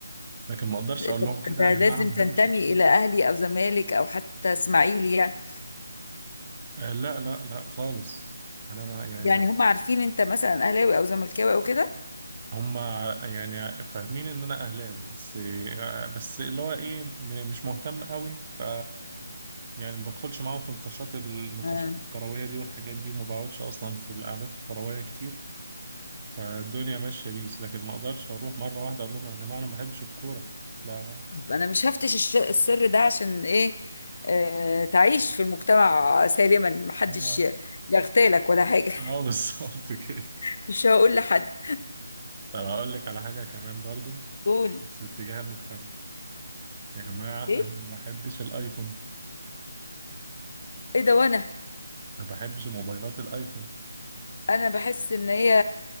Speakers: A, on the right; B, on the left.
A: لكن ما اقدرش اقول
B: طب
A: لهم كده
B: انت لازم
A: يا جماعه انا ما
B: تنتمي
A: بحبش الكوره
B: الى اهلي او زمالك او حتى اسماعيلي يعني
A: آه لا لا لا خالص انا ما يعني
B: يعني هم عارفين انت مثلا اهلاوي او زملكاوي او كده
A: هم يعني فاهمين ان انا اهلاوي بس بس اللي هو ايه م- مش مهتم قوي ف يعني ما بدخلش معاهم في النقاشات النقاشات
B: آه.
A: الكرويه دي والحاجات دي وما بقعدش اصلا في القعدات الكرويه كتير فالدنيا ماشيه بيس لكن ما اقدرش اروح مره واحده اقول لهم يا جماعه انا ما بحبش الكوره لا
B: طب انا مش هفتش الش- السر ده عشان ايه آه، تعيش في المجتمع سالما محدش
A: هو
B: يغتالك ولا حاجة
A: اه <laughs> بالظبط كده
B: <laughs> مش هقول لحد
A: طب هقول لك على حاجه كمان برضو
B: قول
A: في اتجاه المجتمع يا جماعه
B: ايه
A: انا ما بحبش الايفون
B: ايه ده وانا
A: ما بحبش موبايلات الايفون
B: انا بحس ان هي